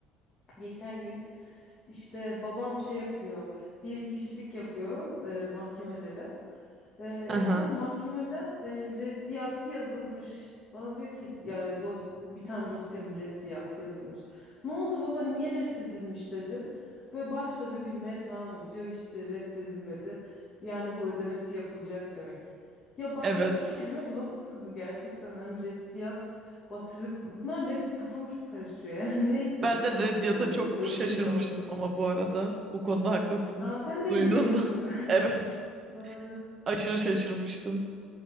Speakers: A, on the left; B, on the right.
A: Geçen gün işte babam şey yapıyor, bir kişilik yapıyor e, mahkemelere. E,
B: aha,
A: efendim mahkemeden e, reddiyatı yazılmış. Bana diyor ki ya do- bir tane dosyamın reddiyatı yazılmış. Ne oldu baba niye reddedilmiş dedim. Böyle başladı gülmeye tamam mı? Diyor işte reddedilmedi. Yani bu ödemesi yapılacak demek. Ya başka
B: evet.
A: bir kelime bulamadınız mı gerçekten? Hani reddiyat Batırık. Bunlar benim kafamı çok karıştırıyor yani. <laughs> Neyse.
B: Ben de
A: Çok
B: Reddit'a
A: e,
B: çok
A: böldüm
B: şaşırmıştım
A: lafını.
B: ama bu arada. O konuda haklısın.
A: Aa, sen de
B: Duyduğumda.
A: mi biliyorsun?
B: <laughs>
A: <laughs>
B: Evet.
A: Doğru.
B: Aşırı şaşırmıştım.